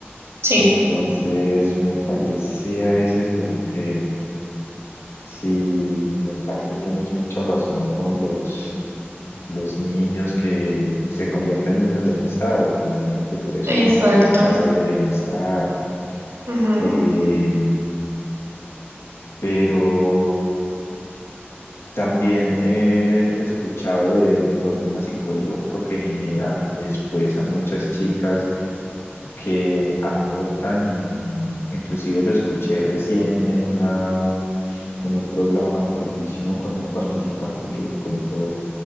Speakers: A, on the right; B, on the left.
A: Sí,
B: Entonces me parece a veces como que si en parte tienes mucha razón con los, los niños que se convierten en niños del Estado, finalmente, por eso
A: exacto.
B: hay muchos en casas de bienestar,
A: Ujú.
B: eh, pero... También he escuchado del problema psicológico que genera después a muchas chicas que abortan y inclusive lo escuché recién en una en un programa de televisión con una participante que contó